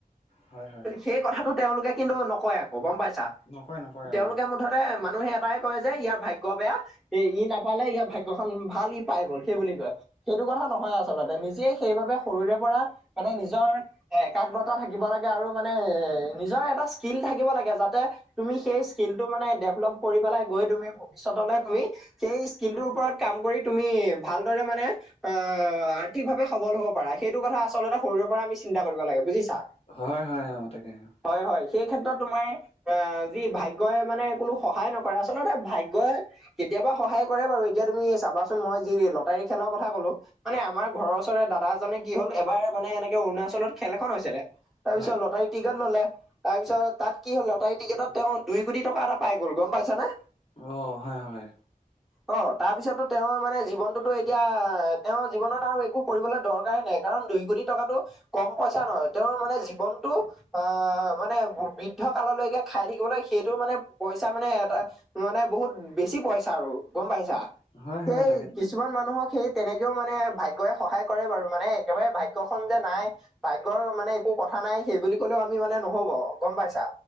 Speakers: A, on the left; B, in the centre.
A: হয় হয়
B: সেই কথাটো তেওঁলোকে কিন্তু নকয় আকৌ গম পাইছা
A: নকয় নকয়
B: তেওঁলোকে
A: অ
B: মুঠ তে মানুহে এটাই কয় যে ইয়াৰ ভাগ্য বেয়া এ ই নাপালে ইয়াৰ ভাগ্যখন ভাল ই পাই গল সেই বুলি কয় সেইটো কথা নহয় আচলতে নিজে সেইবাবে সৰুৰে পৰা মানে নিজৰ এ একাগ্ৰতা থাকিব লা গে আৰু মানে এ নিজৰ এটা স্কিল থাকিব লাগে যাতে তুমি সেই স্কিলটো মানে ডেভলপ কৰি পেলাই গৈ তুমি ভৱিষ্যতলে তুমি সেই স্কিমটোৰ ওপৰত কাম কৰি তুমি ভালদৰে মানে আহ আৰ্থিকভাৱে সবল হব পাৰে সেইটো কথা আচলতে সৰুৰে পৰা আমি চিন্তা কৰিব লাগে বুজিছা
A: হয় হয় অহ তাকে অহ
B: হয় হয় সেই ক্ষেত্ৰত তোমাৰ অহ যি ভাগ্যই মানে কোনো সহায় নকৰে আচলতে ভাগ্যই কেতিয়াবা সহায় কৰে বাৰু এতিয়া তুমি চাবাচোন মই যি লটাৰী খেলৰ কথা কলো মানে আমাৰ ঘৰৰ ওচৰৰে দাদাজনে কি হ'ল এবাৰ মানে এনেকে অৰুণাচলত খেল এখন হৈছিলে তাৰপিছত
A: হয়
B: লটাৰী টিকেট ল'লে তাৰপিছত তাত কি হ'ল লটাৰী টিকেটত তেওঁ দুই কোটি টকা এটা পাই গ'ল গম পাইছানে
A: অ হয় হয়
B: <unintelligible> অ তাৰ পিছতো তেওঁৰ মানে জীৱনটোতো এতিয়া তেওঁৰ জীৱনত আৰু একো কৰিবলৈ দৰকাৰে নাই কাৰণ দুই কোটি টকাটো কম পইচা নহয় তেওঁৰ মানে জীৱনটো আহ মানে বৃদ্ধ কাললৈকে খাই থাকিবলৈ সেইটো মানে পইচা মানে এটা মানে বহুত বেছি পইচা আৰু গম পাইছা
A: হয়
B: সেই
A: হয় তাকে
B: কিছুমান মানুহক সেই তেনেকেও মানে ভাগ্যই‌ সহায় কৰে বাৰু মানে একেবাৰে ভাগ্য খন যে নাই ভাগ্যৰ মানে একো কথা নাই সেই বুলি কলেও আমি মানে নহব গম পাইছা।